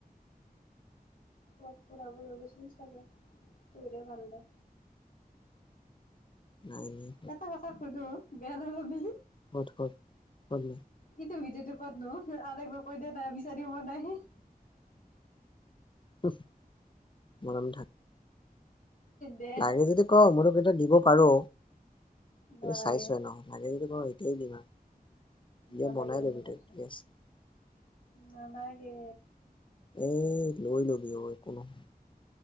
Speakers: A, on the left (about 60°); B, on the left (about 30°).
A: ক'বাত ফুৰাব লৈ গৈছিল চাগে, তোৰে ভাল দে
B: নাই নাই
A: এটা কথা সোধো বেয়া নাপাবি?
B: ক'ত <unintelligible>
A: ইটো ভিডিঅটো ক'তনো? আৰ একবাৰ কৈ দে না বিচাৰি পোৱা নাই।
B: চুপ, মনে মনে থাক।
A: দে
B: লাগে যদি ক মইতো তোক সেইটো দিব পাৰো।
A: নালাগে
B: চাইছোৱেই ন লাগে যদি ক এতিয়াই দিম আৰু। এতিয়া
A: নালাগে
B: বনাই
A: এনে
B: লবি
A: কৈছো,
B: তই কি আছে।
A: নালাগে। গে
B: এ লৈ লবি অ' একো নহয়।